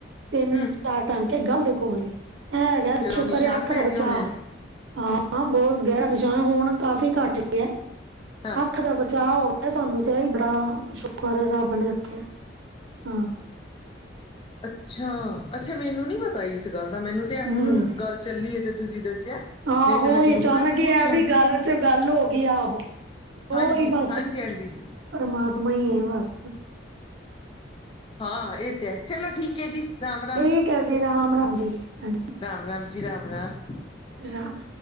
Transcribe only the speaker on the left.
ਹੂੰ
ਫਿਰ
ਉਹ ਨਿਸ਼ਾਨ
ਪੈ
ਗਏ ਹੋਣੇ ਨੇ
ਹਾਂ
ਅੱਛਾ-ਅੱਛਾ, ਮੈਨੂੰ ਨੀ ਪਤਾ ਹੀ ਇਸ ਗੱਲ ਦਾ ਮੈਨੂੰ ਤੇ
ਹੁਣ ਗੱਲ ਚੱਲੀ ਐ ਤੇ ਤੁਸੀਂ ਦੱਸਿਆਂ
ਨਹੀਂ ਤੇ ਮੈਂ
ਜ਼ਰੂਰ
ਆਉਂਦੀ
ਪੁੱਛਣ।
ਹਾਂਜੀ
ਹਾਂਜੀ ਹਾਂਜੀ
ਹਾਂ ਇਹ ਤੇ ਐ ਚਲੋਂ ਠੀਕ ਹੈ ਜੀ। ਰਾਮ
ਰਾਮ-ਰਾਮ ਜੀ, ਰਾਮ-ਰਾਮ।